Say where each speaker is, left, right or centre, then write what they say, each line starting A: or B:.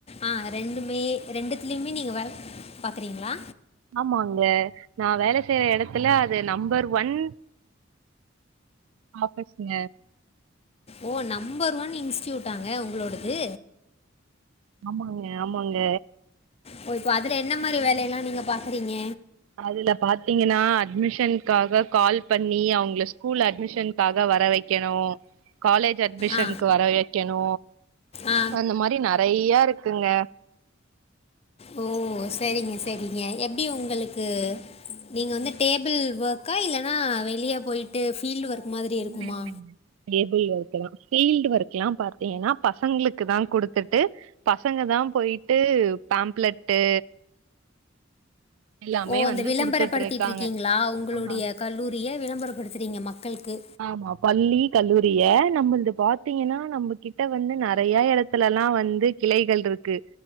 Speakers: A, on the left (about 30°); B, on the right (about 80°).
A: ஆ ரெண்டுமே ரெண்டுத்துலையுமே நீங்க வே பாக்குறீங்களா
B: ஆமாங்க நா வேல செய்யற எடத்துல அது நம்பர் ஒன் ஆமா பிரச்சன
A: ஓ நம்பர் ஒன் இன்ஸ்டூட்டாங்க உங்களோடது
B: ஆமாங்க ஆமாங்க
A: ஓ இப்போ அதுல என்ன மாரி வேலையெல்லா நீங்க பாக்குறீங்க
B: அதுல பாத்தீங்கன்னா அட்மிஷன்காக கால் பண்ணி அவங்கல ஸ்கூல்ல அட்மிஷன் காக வர வைக்கணு காலேஜ் அட்மிஷன்கு
A: ஆ
B: வர வெக்கணு
A: ஆ
B: அந்த மாரி நெறையா இருக்குங்க
A: ஓ செரிங்க செரிங்க எப்டி உங்களுக்கு நீங்க வந்து டேபிள் ஒர்க்கா இல்லன்னா வெளியே போய்ட்டு ஃபீல்ட் ஒர்க் மாதிரி
B: இல்ல
A: இருக்குமா
B: இல்லைங்க டேபிள் ஒர்க்குதா பீல்டு ஒர்க் எல்லா பாத்தீங்கன்னா பசங்களுக்கு தா குடுத்துட்டு பசங்க தா போய்ட்டு பேம்ப்லெட்டு எல்லாமே
A: ஓ அந்த
B: வந்து
A: விளம்பரப்படுத்திட்ரிக்கீங்களா
B: குடுத்துட்டு இருக்காங்க
A: உங்களுடைய
B: ஆ
A: கல்லூரிய விளம்பரப்படுத்துறீங்க மக்கள்க்கு
B: ஆமா பள்ளி கல்லூரிய நம்பல்து பாத்தீங்கன்னா நம்ப கிட்ட வந்து நறைய எடத்துல எல்லா வந்து கிளைகள் இருக்கு